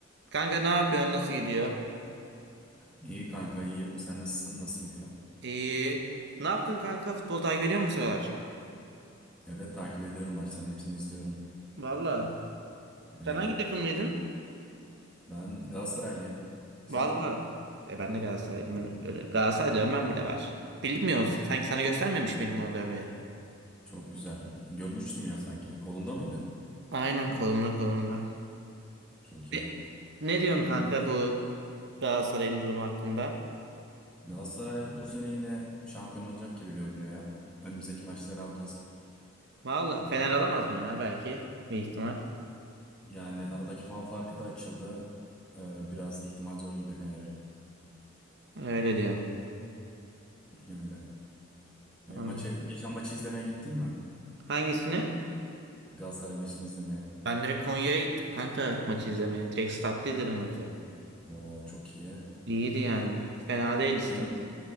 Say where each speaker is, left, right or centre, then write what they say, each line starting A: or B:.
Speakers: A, on the right (about 60°); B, in the centre.
A: Kanka ne yapıyorsun? Nasıl gidiyor?
B: İyi kanka iyiyim. Sen nasılsın? Nasıl gidiyor?
A: İyi. Ne yaptın kanka? Futbol takip ediyor musun bu sıralar?
B: Evet takip ediyorum maçların hepsini izliyorum.
A: Valla.
B: Öyle.
A: Sen hangi takımlıydın?
B: Ben Galatasaraylıyım. Sen?
A: Valla. E ben de Galatasaraylıyım. Ben Öyle, Galatasaray dövmem bile var. Bilmiyoruz. Sanki sana göstermemiş miydim o dövmeyi?
B: Çok güzel. Görmüştüm ya sanki. Kolunda mıydı?
A: Aynen kolumda kolumda.
B: Çok
A: Ne,
B: iyi.
A: ne diyorsun kanka bu Galatasaray'ın durumu hakkında?
B: Galatasaray bu sene yine şampiyon olacak gibi görünüyor ya. Önümüzdeki maçları alacağız.
A: Valla Fener alamaz mı ya belki? Bir ihtimal.
B: Yani aradaki puan farkı da açıldı. Ee, biraz ihtimal zor gibi Fener'in.
A: Öyle diyorum.
B: <laughs> Öyle. E,
A: Anladım.
B: maçı, geçen maçı izlemeye gittin mi?
A: Hangisini?
B: Galatasaray maçını izlemeye.
A: Ben direkt Konya'ya gittim kanka maçı izlemeye. Direkt statta izledim maçı.
B: Oo çok iyi.
A: İyiydi yani. Fena değiliz
B: Kim,
A: tabii.